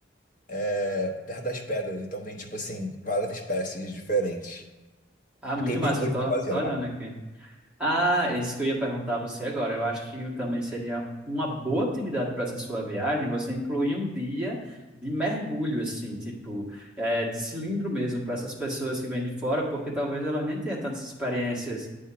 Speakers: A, on the left; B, in the centre.
A: é, perto das pedras. Então tem, tipo assim, várias espécies diferentes.
B: Ah, muito
A: Tem mergulho
B: massa, eu tô,
A: pra fazer
B: tô olhando
A: lá.
B: aqui. Ah, é isso que eu ia perguntar a você agora. Eu acho que também seria uma boa atividade para essa sua viagem, você incluir um dia de mergulho, assim, tipo, é, de cilindro mesmo, para essas pessoas que vêm de fora, porque talvez elas nem tenham tantas experiências,